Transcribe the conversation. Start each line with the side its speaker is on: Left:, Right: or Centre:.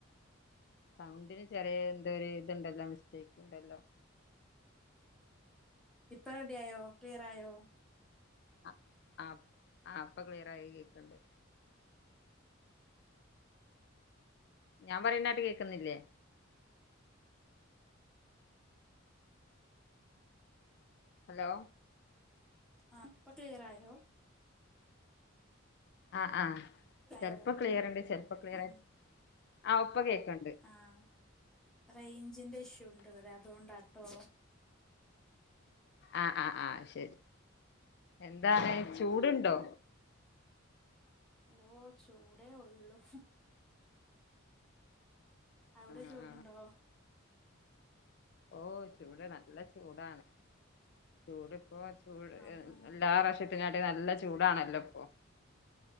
Left: സൗണ്ടിന് ചെറിയ എന്തോ ഒരു ഇതുണ്ടല്ലോ മിസ്റ്റേക്ക് ഉണ്ടല്ലോ
Centre: ഇപ്പൊ റെഡി ആയോ ക്ലിയറായോ
Left: ആഹ് ആഹ് ആ ഇപ്പൊ ക്ലിയർ ആയി കേക്ക്ണ്ട് ഞാൻ പറയുന്നെ ആട്ട് കേൾക്കുന്നില്ലേ ഹലോ
Centre: ആഹ് പ്പ ക്ലിയറായോ
Left: ആഹ് ആഹ് ചെലപ്പോ
Centre: യോ
Left: ക്ലിയറുണ്ട് ചെലപ്പോ ക്ലിയറായി
Centre: ആ
Left: ആഹ് ഇപ്പ കേൾക്ക്ണ്ട്
Centre: ആഹ് റേഞ്ചിന്റെ ഇഷ്യൂ ഇണ്ട് ഇവിടെ അതോണ്ടാട്ടോ
Left: ആഹ് ആഹ് ആഹ് ശരി എന്താണ്
Centre: ഉം
Left: ചൂട്ണ്ടോ
Centre: ഓഹ് ചൂടേ ഒള്ളൂ അവിടെ ചൂടുണ്ടോ
Left: ആഹ് ഓഹ് ചൂട് നല്ല ചൂടാണ് ചൂടിപ്പോ ച് ചൂട്
Centre: ആ ആ
Left: എഹ് എല്ലാ പ്രാവശ്യത്തിൻകാട്ടി നല്ല ചൂടാണല്ലോ ഇപ്പൊ